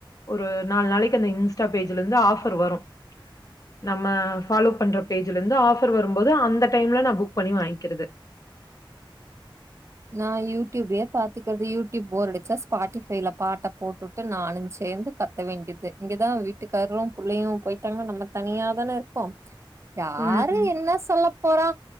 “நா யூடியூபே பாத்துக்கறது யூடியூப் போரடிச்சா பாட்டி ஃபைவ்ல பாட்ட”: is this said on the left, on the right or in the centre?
Right